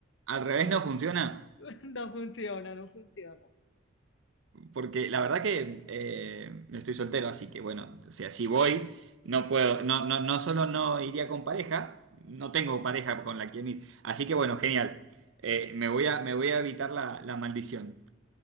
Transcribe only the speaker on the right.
al revés no funciona,
porque la verdad que eh, estoy soltero, así que bueno, o sea, si voy, no puedo, no, no, no solo no iría con pareja, no tengo pareja con la quien ir, así que bueno, genial, Eh, me voy a, me voy a evitar la, la maldición.